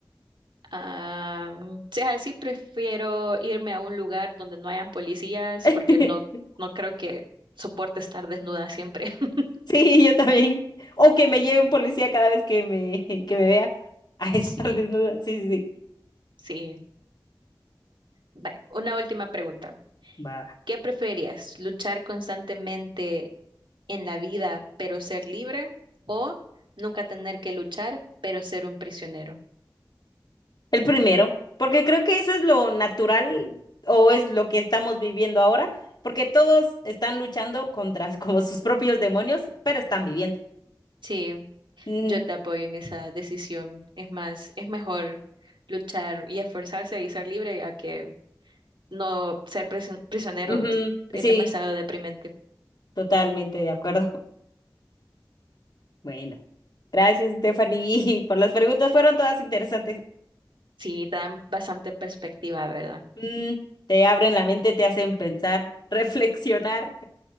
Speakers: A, on the right; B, on the left.
A: Ah, si es así, prefiero irme a un lugar donde no hayan policías
B: <laughs>
A: porque no, no creo que soporte estar desnuda siempre. <laughs>
B: Sí, yo también. O que me lleve un policía cada vez que me, que me vea a estar
A: Sí,
B: <laughs> desnuda. Sí, sí, sí.
A: sí. Vale, una última pregunta.
B: Va.
A: ¿Qué preferirías? ¿Luchar constantemente en la vida pero ser libre o nunca tener que luchar pero ser un prisionero?
B: El primero, porque creo que eso es lo natural o es lo que estamos viviendo ahora, porque todos están luchando contra <laughs> como sus propios demonios, pero están viviendo.
A: Sí,
B: Ujú,
A: yo te apoyo en esa decisión. Es más, es mejor luchar y esforzarse y ser libre a que no ser presi- prisionero
B: ujú,
A: es
B: Sí,
A: demasiado deprimente.
B: totalmente de acuerdo. <laughs> Bueno, gracias, Stephanie, <laughs> por las preguntas, fueron todas interesantes.
A: Sí, te dan bastante perspectiva, ¿verdad?
B: Mm, te abren la mente, te hacen pensar, <laughs> reflexionar.